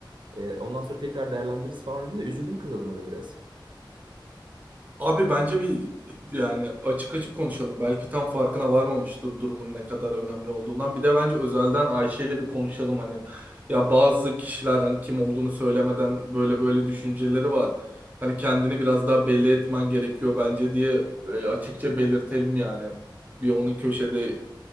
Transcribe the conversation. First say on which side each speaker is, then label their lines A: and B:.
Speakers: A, on the right; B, on the right.
A: Ee, ondan sonra tekrar değerlendiririz falan dedim de üzüldüm kız adına da biraz.
B: Abi bence bir yani açık açık konuşalım. Belki tam farkına varmamıştır durumun ne kadar önemli olduğundan. Bir de bence özelden Ayşe ile bir konuşalım hani. Ya bazı kişiler hani kim olduğunu söylemeden böyle böyle düşünceleri var. Hani kendini biraz daha belli etmen gerekiyor bence diye e, açıkça belirtelim yani. Bir onu köşede